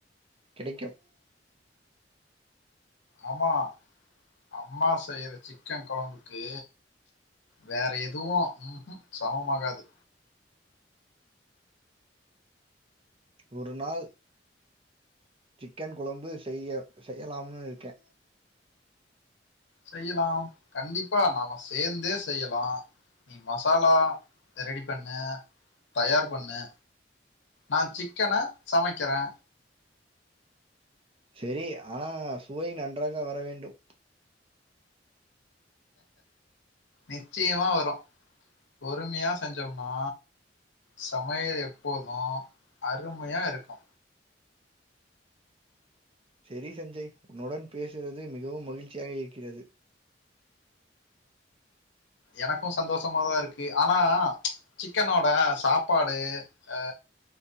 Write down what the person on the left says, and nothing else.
ஆம்மா அம்மா செய்ற சிக்கன் கொழம்புக்கு வேற எதுவு மம் சமமாகாது
செய்யலாம் கண்டிப்பா நாம சேர்ந்தே செய்யலா நீ மசாலா ரெடி பண்ணு தயார் பண்ணு நா சிக்கன சமைக்கறே
நிச்சயமா வரு பொறுமையா செஞ்சம்ன்னா சமையல் எப்போது அருமையா இருக்கு
எனக்கு சந்தோஷமாதா இருக்கு ஆனா சிக்கனோட சாப்பாடு அ